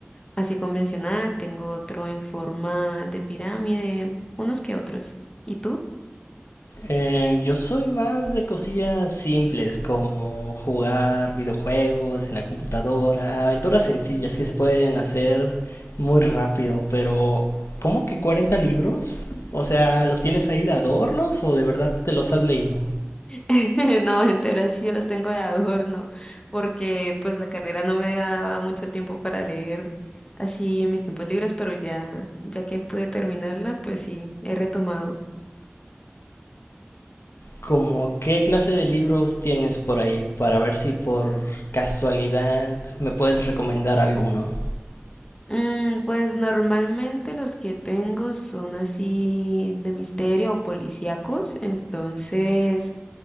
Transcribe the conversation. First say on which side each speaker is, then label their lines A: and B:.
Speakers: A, on the left (about 20°); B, on the left (about 75°).
A: así convencional, tengo otro en forma de pirámide, unos que otros. ¿Y tú?
B: Eh, yo soy más de cosillas simples, como jugar videojuegos en la computadora, aventuras sencillas que se pueden hacer muy rápido, pero ¿cómo que 40 libros? O sea, ¿los tienes ahí de adornos o de verdad te los has leído?
A: <laughs> No, gente ahora sí los tengo de adorno, porque pues la carrera no me daba mucho tiempo para leer así en mis tiempos libres, pero ya, ya que pude terminarla, pues sí, he retomado.
B: ¿Cómo qué clase de libros tienes por ahí para ver si por casualidad me puedes recomendar alguno?
A: Mm, pues normalmente los que tengo son así de misterio o policíacos, entonces